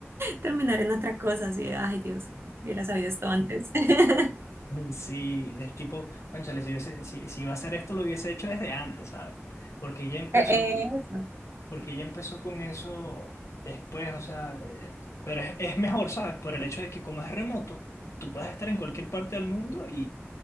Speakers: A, on the right (about 60°); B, on the left (about 80°).
A: terminar en otra cosa, así de, ay Dios, hubiera sabido esto antes. <laughs>
B: Sí, es tipo, cónchale, si, hubiese- si, si iba a hacer esto, lo hubiese hecho desde antes, ¿sabes? Porque ya empezó,
A: Eh, eh, Eso,
B: porque ya empezó con eso después, o sea, eh, pero es, es mejor, ¿sabes? Por el hecho de que como es remoto, tú puedes estar en cualquier parte del mundo